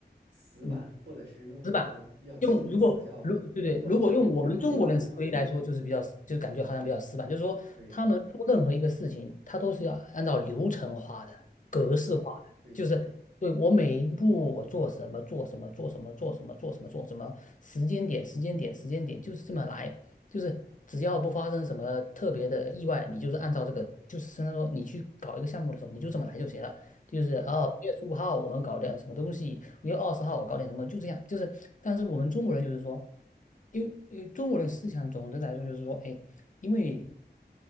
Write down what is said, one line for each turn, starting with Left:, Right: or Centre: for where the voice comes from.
Right: 死板，
Left: 嗯。
Right: 或者是用一个比较积极的词叫比较讲讲规则，
Left: 死板。用如果如对对，如果用我们中国人思维来说，
Right: 对吧？
Left: 就是比较就是感觉好像比较死板，就是说他们做任何一个事情，
Right: 对
Left: 他都是要按照流程化的、格式化的，
Right: 对对的，
Left: 就是对我每一步我做什么做什么做什么做什么做什么做什么时间点时间点时间点就是这么来，就是只要不发生什么特别的意外，你就是按照这个就是相当于说你去搞一个项目的时候，你就这么来就行了。就是啊，
Right: 嗯。
Left: 五月十五号我们搞点什么东西，五月二十号我搞点什么，就这样。就是，但是我们中国人就是说，因为因为中国人思想总的来说就是说，哎，因为